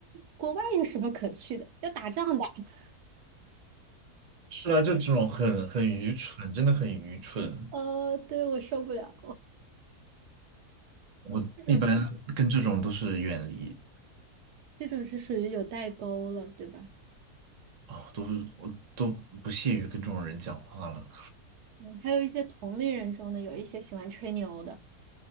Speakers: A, on the right; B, on the right.
A: “国外有什么可去的？要打仗的。” <laughs>
B: 是啊，就这种很很愚蠢，真的很愚蠢。
A: 呃，对，我受不了。
B: 我一般跟这种都是远离。
A: 这种是这种是属于有代沟了，对吧？
B: 啊，我都我都不屑于跟这种人讲话了
A: 嗯，还有一些同龄人中的有一些喜欢吹牛的。